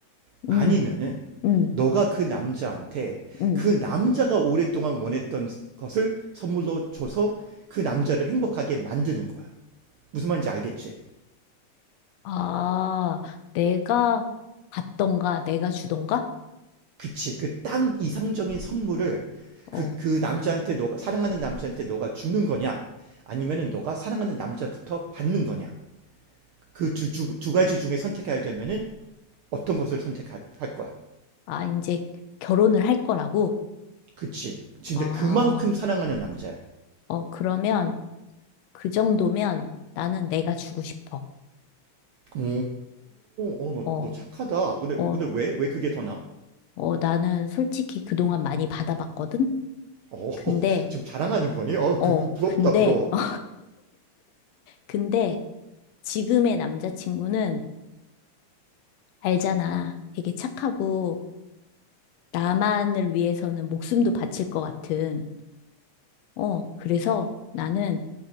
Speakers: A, on the right; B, on the left.
A: 아니면은
B: 음, 음.
A: 너가 그 남자한테
B: 음.
A: 그 남자가 오랫동안 원했던 것을 선물로 줘서 그 남자를 행복하게 만드는 거야. 무슨 말인지 알겠지?
B: 아, 내가 받던가, 내가 주던가?
A: 그치. 그 딱 이상적인 선물을
B: 어,
A: 그, 그 남자한테 너가, 사랑하는 남자한테 너가 주는 거냐? 아니면은 너가 사랑하는 남자부터 받는 거냐? 그 두, 두, 두 가지 중에 선택해야 되면은 어떤 것을 선택할 거야?
B: 아, 이제 결혼을 할 거라고?
A: 그치. 진짜
B: 아,
A: 그만큼 사랑하는 남자야.
B: 어, 그러면 그 정도면 나는 내가 주고 싶어.
A: 오, 어, 너,
B: 어,
A: 너 착하다. 근데,
B: 어,
A: 근데 왜? 왜 그게 더 나?
B: 어, 나는 솔직히 그동안 많이 받아봤거든?
A: 어,
B: 근데,
A: <laughs> 지금 자랑하는 거니? 어,
B: 어,
A: 그, 그 부럽다,
B: 근데,
A: 부러워.
B: <laughs> 어, 근데 지금의 남자친구는 알잖아. 되게 착하고 나만을 위해서는 목숨도 바칠 것 같은. 어, 그래서 나는,